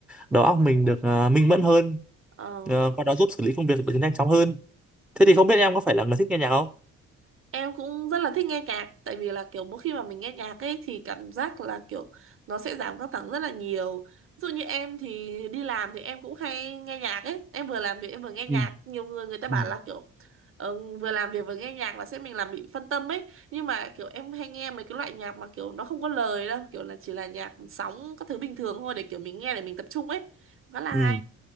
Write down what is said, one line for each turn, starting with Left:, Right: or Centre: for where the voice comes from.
Centre: đầu óc mình được ờ, minh mẫn hơn,
Right: Ờ,
Centre: ờ, qua đó giúp xử lý công việc được nhanh chóng hơn. Thế thì không biết em có phải là người thích nghe nhạc không?
Right: em cũng rất là thích nghe nhạc tại vì là kiểu mỗi khi mà mình nghe nhạc ấy thì cảm giác là kiểu nó sẽ giảm căng thẳng rất là nhiều. Ví dụ như em thì đi làm thì em cũng hay nghe nhạc ấy, em vừa làm việc em vừa nghe nhạc.
Centre: Ừ.
Right: Nhiều người người ta bảo
Centre: Ừ.
Right: là kiểu ờ, vừa làm việc vừa nghe nhạc là sẽ mình làm bị phân tâm ấy. Nhưng mà kiểu em hay nghe mấy cái loại nhạc mà kiểu nó không có lời đâu, kiểu là chỉ là nhạc sóng các thứ bình thường thôi để kiểu mình nghe để mình tập trung ấy. Khá là
Centre: Ừ.
Right: hay.